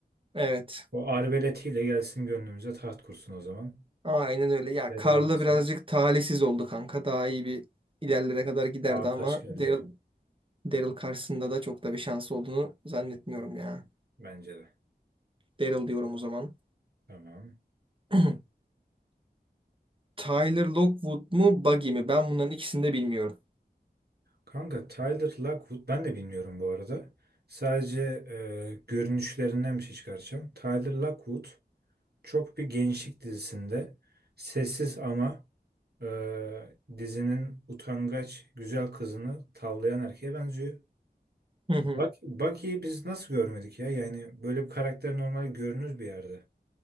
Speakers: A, on the right (about 30°); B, on the right (about 70°).
A: Evet.
B: O arbeletiyle gelsin gönlümüze taht kursun o zaman.
A: Aynen öyle. Ya
B: Ya
A: Karla
B: da Jackson.
A: birazcık talihsiz oldu kanka. Daha iyi bir ilerlere
B: Evet.
A: kadar giderdi
B: Ağır
A: ama
B: taş geldi
A: Daryl,
B: yani.
A: Daryl karşısında da çok da bir şansı olduğunu zannetmiyorum ya.
B: Bence de.
A: Daryl diyorum o zaman.
B: Tamam.
A: <clears throat> Tyler Lockwood mu Buggy mi? Ben bunların ikisini de bilmiyorum.
B: Kanka Tyler Lockwood ben de bilmiyorum bu arada. Sadece e, görünüşlerinden bir şey çıkaracağım. Tyler Lockwood çok bir gençlik dizisinde sessiz ama e, dizinin utangaç güzel kızını tavlayan erkeğe benziyor.
A: Hı hı.
B: Bak, Bucky'yi biz nasıl görmedik ya? Yani böyle bir karakter normal görünür bir yerde.